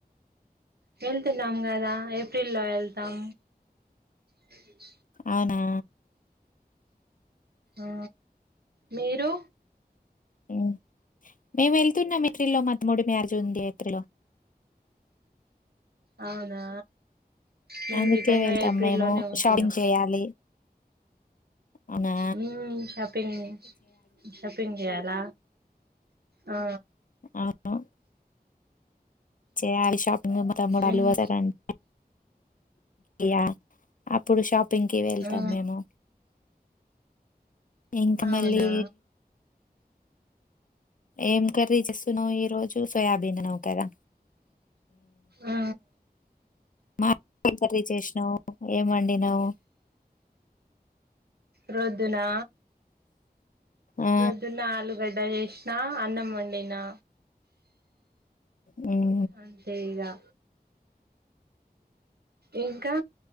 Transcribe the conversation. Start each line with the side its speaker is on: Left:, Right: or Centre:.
Right: వెళ్తున్నాం కదా ఏప్రిల్ లో వెళ్తాం అతే
Left: అవునా
Right: ఆ మీరు
Left: హ్మ్ మేము వెళ్తున్నాం ఏప్రి లో మా మూడు మార్టిజ్ ఉంది ఏప్రిలో
Right: అవునా మేము
Left: అందుకే
Right: గిటంగా
Left: వెళ్తాం
Right: ఏప్రిల్
Left: మేము
Right: లోనే పోతున్నాం
Left: షాపింగ్ చేయాలి అవునా
Right: ఉమ్ షాపింగ్ షాపింగ్ చేయాలి ల ఆ
Left: అవును చేయాలి షాపింగ్ మ మూడుళ్లుు
Right: మ్మ్
Left: వార అంట యా అప్పుడు షాపింగ్ పింకి వెళ్తాం
Right: ఆ
Left: మేము ఇంకా మళ్ళీ
Right: అవునా
Left: ఏం కర్రీ చేస్తున్నావ్ ఈ రోజు సోయాబీ దీనిని నూకరా
Right: ఆ
Left: మా ఏం కర్రీ చేస్ నువ్ ఏం వండినావ్
Right: రోద్దునా
Left: ఆ!
Right: రోద్ద నాలు గడ్డ చేసినా అన్నం వండినా
Left: హ్మ్
Right: అంతే ఇగా ఇంకా